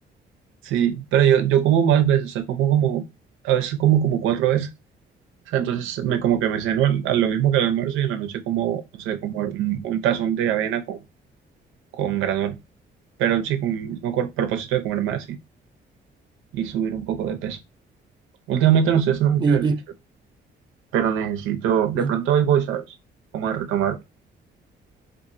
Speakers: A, on the right; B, on the right.
A: Sí, pero yo, yo como más veces, o sea, como como, a veces como como cuatro veces. O sea, entonces me como que me ceno al- a lo mismo que el almuerzo y en la noche como, no sé, como un, un tazón de avena con, con granola. Pero sí, con el mismo cor- propósito de comer más y, y subir un poco de peso. Últimamente no estoy haciendo mucho
B: <laughs> Y,
A: ejercicio,
B: y,
A: pero necesito, de
B: ¿no?
A: pronto hoy voy, ¿sabes? Como a retomar.